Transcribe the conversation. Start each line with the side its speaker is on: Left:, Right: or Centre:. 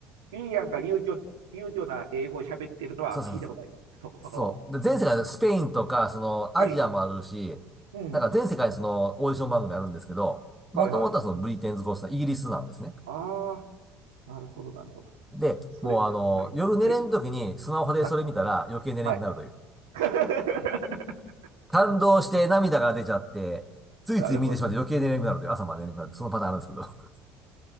Right: ゆりやんが流暢、流暢な英語を喋ってるのは聞いたことあります。
Centre: そうそうそう
Right: そ、その、
Centre: そう。そう。で、全世界でスペインとか、その、
Right: はい。
Centre: アジアもあるし、
Right: うん。
Centre: なんか全世界にその、オーディション番組あるんですけど、もともとはその、
Right: はいはい。
Centre: ブリテンズ・ゴッツさん、イギリスなんですね。
Right: ああ、なるほど、なるほど。
Centre: で、
Right: それ、
Centre: もうあの、
Right: はい。
Centre: 夜寝れん時にスマホでそれ見たら余計寝れんくなるという。
Right: はい。は、はい。<laughs>
Centre: 感動して涙が出ちゃって、ついつい見てしまって余計寝れなくなるという、
Right: なるほど。
Centre: 朝まで寝れなくなるというそのパターンあるんですけど。